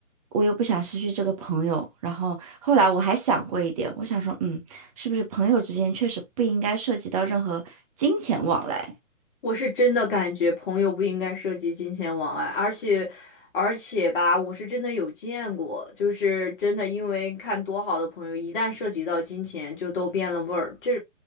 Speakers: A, on the right (about 30°); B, on the left (about 40°).
A: 我又不想失去这个朋友，然后后来我还想过一点，我想说，嗯，是不是朋友之间确实不应该涉及到任何金钱往来？
B: 我是真的感觉朋友不应该涉及金钱往来，而且，而且吧，我是真的有见过，就是真的因为看多好的朋友，一旦涉及到金钱，就都变了味儿，这